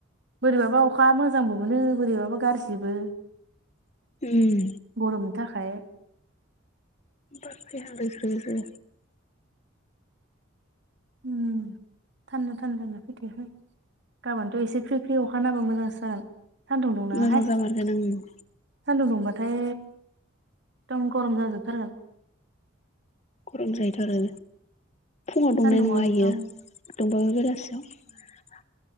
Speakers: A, on the right (about 55°); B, on the left (about 35°).
A: बोरैबाबा अखा मोजांबो मोनो बोरैबाबा गाज्रिबो।
B: ओम
A: गरमनि थाखाय
B: बाथै हलि सैसै
A: उम थान्दनो थान्दनो फैथो फै गाबोनथ' एसे फ्रि फ्रि अखा नाबा मोजांसो जागोन। सान्दुं दुंनाङाहाय
B: मोजां जामारगोन
A: सान्दुं
B: ओं
A: दुंबाथाय दम गरम जाजोम थारगोन।
B: गरम जायोथ' आरो फुङाव दंनाय
A: सान्दुंआव
B: नङा
A: एकदम
B: बियो दंबाबो बेलासि। <unintelligible>